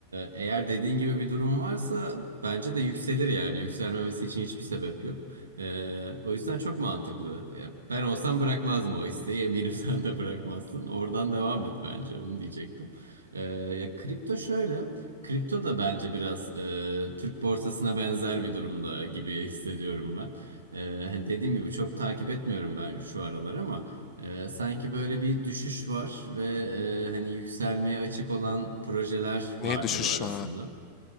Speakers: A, on the right; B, on the left.
A: eğer dediğin gibi bir durum varsa bence de yükselir yani. Yükselmemesi için hiçbir sebep yok. E, o yüzden çok mantıklı. Ya, ben olsam bırakmazdım o isteği. Eminim <laughs> sen de bırakmazsın. Oradan devam et bence. Onu diyecektim. E, ya kripto şöyle. Kripto da bence biraz e, Türk borsasına benzer bir durumda gibi hissediyorum ben. E, hani dediğim gibi çok takip etmiyorum ben şu aralar ama e, sanki böyle bir düşüş var ve e, hani yükselmeye açık olan projeler var
B: Neye düşüş
A: gibi arasında.
B: var abi?